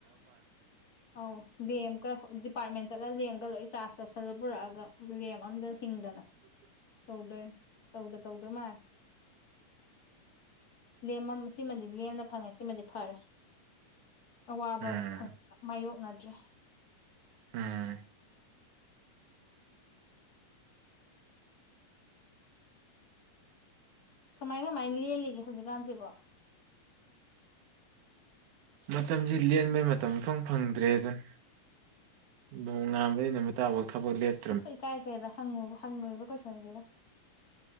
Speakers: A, on the left (about 40°); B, on the right (about 70°).
A: ꯑꯧ ꯂꯦꯝꯀ ꯗꯤꯄꯥꯔꯠꯃꯦꯟ ꯆꯠꯂꯒ ꯂꯦꯝꯒ ꯂꯣꯏ ꯆꯥꯔꯖ ꯆꯥꯎꯞꯁꯤꯜꯂ ꯄꯨꯔꯛꯑꯒ ꯂꯦꯝ ꯑꯝꯇ ꯍꯤꯡꯗꯅ ꯇꯧꯗꯣꯏ ꯇꯧꯗ ꯇꯧꯗꯣꯏ ꯃꯥꯂ ꯂꯦꯝ ꯁꯤꯃꯗꯤ ꯂꯦꯝꯅ ꯐꯪꯉꯦ ꯁꯤꯃꯗꯤ ꯐꯔꯦ ꯑꯋꯥꯕ
B: ꯎꯝ
A: ꯃꯥꯏꯌꯣꯛꯅꯗ꯭ꯔꯦ
B: ꯑꯝ
A: ꯀꯃꯥꯏ ꯀꯃꯥꯏꯅ ꯂꯦꯜꯂꯤꯒꯦ ꯍꯧꯖꯤꯛꯀꯥꯟꯁꯤꯕꯣ
B: ꯃꯇꯝꯁꯤ ꯂꯦꯟꯕꯩ ꯃꯇꯝ ꯏꯐꯪ ꯐꯪꯗ꯭ꯔꯦ ꯑꯗꯨꯅ ꯅꯣꯡ ꯉꯥꯝꯕꯗꯩꯩ ꯅꯨꯃꯤꯠ ꯇꯥꯐꯧ ꯊꯕꯛ ꯂꯦꯞꯄ
A: ꯑꯊꯣꯛ ꯏꯀꯥꯏꯈ꯭ꯔꯦꯗ ꯍꯪꯉꯨ ꯍꯪꯉꯣꯏꯕ ꯀꯣꯏꯁꯟꯁꯤꯒ